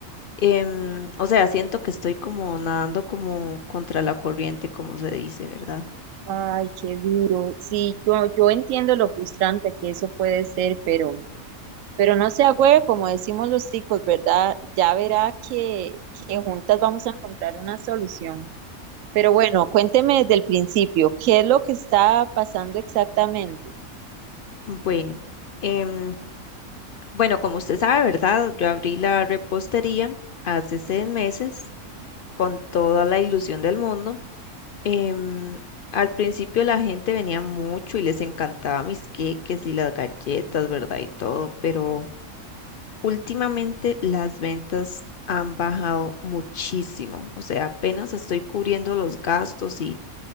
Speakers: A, on the left; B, on the right.
A: Em, o sea, siento que estoy como nadando como contra la corriente, como se dice, ¿verdad?
B: Ay, qué duro. Sí, yo, yo entiendo lo frustrante que eso puede ser, pero, pero no se agüe, como decimos los chicos, ¿verdad? Ya verá que, que juntas vamos a encontrar una solución. Pero bueno, cuénteme desde el principio, ¿qué es lo que está pasando exactamente?
A: Bueno. em, Bueno, como usted sabe, ¿verdad? Yo abrí la repostería hace seis meses con toda la ilusión del mundo. Em, al principio la gente venía mucho y les encantaba mis queques y las galletas, ¿verdad? Y todo, pero últimamente las ventas han bajado muchísimo. O sea, apenas estoy cubriendo los gastos y,